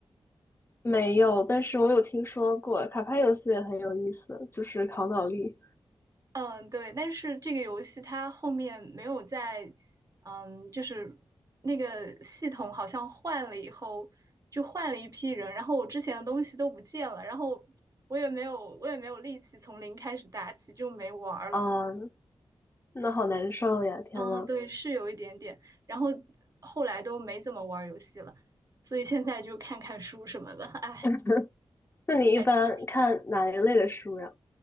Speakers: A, on the left; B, on the right.
A: 没有，但是我有听说过卡牌游戏也很有意思，就是考脑力。
B: 嗯，对。但是这个游戏它后面没有在，嗯，就是那个系统好像换了以后，就换了一批人，然后我之前的东西都不见了，然后我也没有我也没有力气从零开始打起，就没玩儿了。
A: 啊，那好难受呀！天呐，
B: 啊，对，是有一点点，然后后来都没怎么玩儿游戏了，所以现在就看看书什么的，哎，
A: <laughs> 那你一般看哪一类的书呀？
B: 感觉是